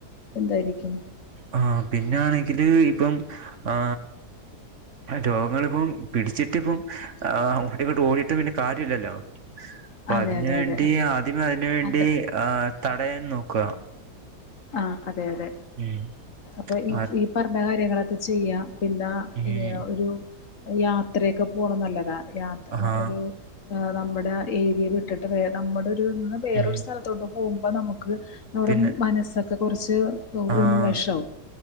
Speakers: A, on the left (about 55°); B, on the right (about 55°).
A: എന്തായിരിക്കും
B: ആ പിന്നാണെങ്കില് ഇപ്പം ആ രോഗങ്ങളിപ്പം പിടിച്ചിട്ട് ഇപ്പം അങ്ങോട്ടിങ്ങോട്ട് ഓടിയിട്ട് വെല്യ കാര്യല്ലല്ലോ പ്പ
A: അതെ
B: അതിന്
A: അതെ
B: വേണ്ടി
A: അതെ
B: ആദ്യം അതിന് വേണ്ടി
A: അതെ
B: ആ തടയാൻ നോക്ക
A: ആഹ് അതെ അതെ
B: ഉം
A: അപ്പൊ ഈ
B: ആ
A: ഈ പറഞ്ഞ കാര്യങ്ങളൊക്കെ ചെയ്യാം പിന്ന
B: ഉം
A: ഈ ഒരു യാത്രയൊക്കെ പോണനല്ലതാ യാത്ര
B: ആഹ്
A: ഒരു നമ്മുടെ ഏരിയ വിട്ടിട്ട് വേ നമ്മുടെ ഒരുന്ന് വേറൊരു
B: ഉം
A: സ്ഥലത്തോട്ട് പോകുമ്പോ നമുക്ക് അവിടെ
B: പിന്നെ
A: മനസ്സൊക്കെ കുറച്ച്
B: ആഹ്
A: ഉന്മേഷാവും